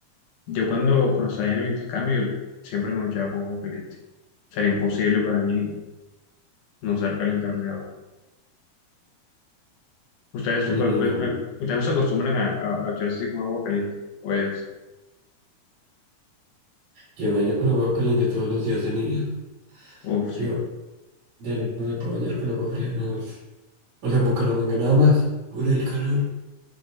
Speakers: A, on the left; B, on the right.
A: Yo cuando, cuando salía en el intercambio siempre me duchaba con agua caliente. O sea, era imposible para mí no usar calentador de agua. Ustedes,
B: Y
A: pues,
B: no,
A: pues,
B: no,
A: me- ustedes no se acostumbran a, a, a ducharse así con agua caliente. Pues,
B: yo me baño con agua caliente todos los días de mi vida.
A: uf,
B: Yo
A: sí.
B: ya no me puedo bañar con agua fría, no es. O sea, en Bucaramanga nada más, por el calor.